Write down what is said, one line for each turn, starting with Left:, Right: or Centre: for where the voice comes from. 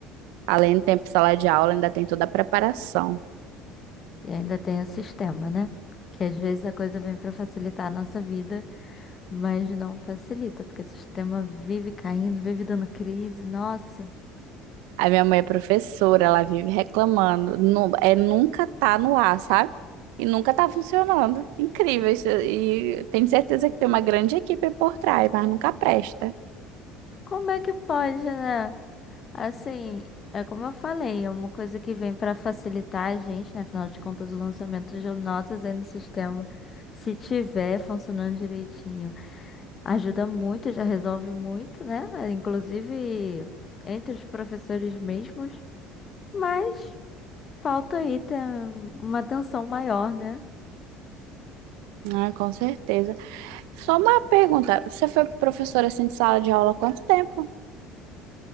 Right: Além do tempo de sala de aula, ainda tem toda a preparação.
Left: E ainda tem o sistema, né? Que às vezes a coisa vem para facilitar a nossa vida, mas não facilita, porque o sistema vive caindo, vive dando crise. Nossa,
Right: A minha mãe é professora, ela vive reclamando. Nu- é nunca tá no ar, sabe? E nunca tá funcionando. Incrível isso. E tenho certeza que tem uma grande equipe por trás, mas nunca presta.
Left: como é que pode, né? Assim, é como eu falei, é uma coisa que vem para facilitar a gente, né? Afinal de contas, o lançamento de notas aí no sistema, se tiver funcionando direitinho, ajuda muito, já resolve muito, né? Inclusive entre os professores mesmos, mas falta aí ter uma atenção maior, né?
Right: Ah, com certeza. Só uma pergunta. Você foi professora assim de sala de aula há quanto tempo?